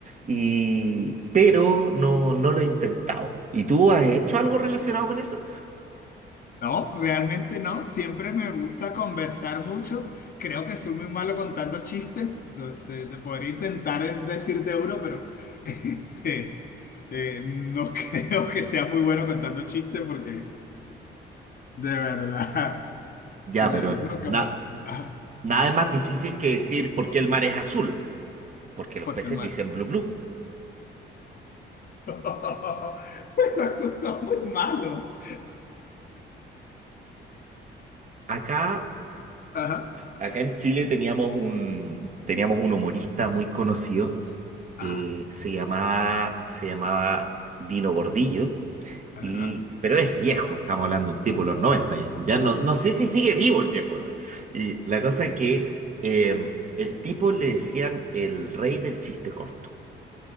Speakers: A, on the right; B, on the left.
A: y, pero no, no lo he intentado. ¿Y tú has hecho algo relacionado con eso?
B: No, realmente no. Siempre me gusta conversar mucho. Creo que soy muy malo contando chistes. Entonces, te podría intentar decirte uno, pero <laughs> este, eh, no <laughs> creo que sea muy bueno contando chistes porque de verdad <laughs>
A: Ya,
B: eh,
A: pero
B: nunca
A: na-
B: me he puesto. Ah,
A: nada es más difícil que decir por qué el mar es azul, porque los
B: porque
A: peces
B: hermana.
A: dicen blue blue.
B: <laughs> Bueno, esos son muy malos.
A: Acá,
B: <laughs> Ajá,
A: acá en Chile teníamos un, teníamos un humorista muy conocido
B: ajá,
A: que se llamaba, se llamaba Dino Gordillo
B: ajá,
A: Y, pero es viejo, estamos hablando de un tipo de los 90 ya. Ya no, no sé si sigue vivo el viejo ese. Y la cosa es que eh, el tipo le decían el rey del chiste corto.